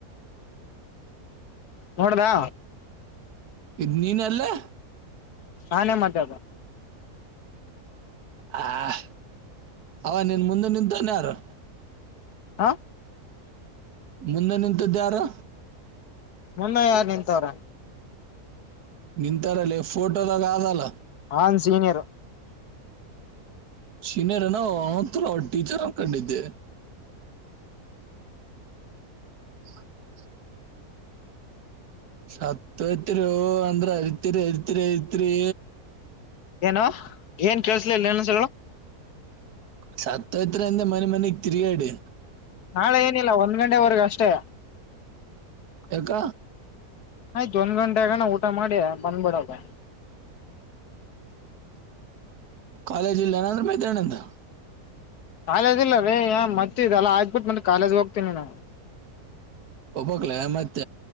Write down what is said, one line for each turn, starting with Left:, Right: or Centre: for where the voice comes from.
Left: ನೋಡದಾ
Right: ಇದ್ ನೀನ್ಲ್ಲೇ
Left: ನಾನೇ ಮಾತ್ದ
Right: ಹ ಅವ ನಿನ್ ಮುಂದೆ ನಿಂತಂತನ್ನಾರು
Left: ಹಾ
Right: ಮುಂದೆ ನಿಂತದ್ದ ಯಾರು
Left: ಮುಂದೆ ಯಾರ್ ನಿಂತವ್ರ
Right: ನಿಂತಾರಲ್ಲ ಫೋಟೋದಾಗ ಆದಲ್ಲ
Left: ನಾನ್ ಸೀನಿಯರ್
Right: ಸೀನಿಯರ್ನ ಒಥರ ಅವ ಟೀಚರ್ ಅನ್ ಕಂಡಿದ್ದೆ <inaudible> ಸತ್ಯತ್ರಿ ಅಂದ್ರ ಅರಿತಿರಿ ಅರಿತಿರಿ ಐತ್ರಿ.
Left: ಏನ ಏನ್ ಕೇಳ್ಸ್ಲಿಲ್ಲ ನನಸಗಳು
Right: ಸತ್ತ ಇತ್ರ ಎಂದ ಮನೆ ಮನೆ ತಿರಿಗಾಡಿ
Left: ನಾಳೆ ಏನಿಲ್ಲ ಒಂದ್ ಗಂಟೆವರೆಗ ಅಷ್ಟೇ
Right: ಹಕ್ಕ
Left: ಆಯ್ತ್ು ಒಂದ್ ಗಂಟೆ ಆಗಣ ಊಟ ಮಾಡಿ ಬಂದ್ಬಿಡದ <inaudible>
Right: ಕಾಲೇಜ್ ಇಲ್ಲ ನಂದ್ರೆ ಮೈತನಿಂದ
Left: ಕಾಲೇಜ್ ಇಲ್ಲ ರೀ ಮತ್ತೆ ಇಲ್ಲ ಆಗ್ಬಿಟ್ಟ ಮತ್ತೆ ಕಾಲೇಜ್ ಹೋಗ್ತೀನಿ ನಾ
Right: ಬ್ಬಕ್ಲ ಆಮತ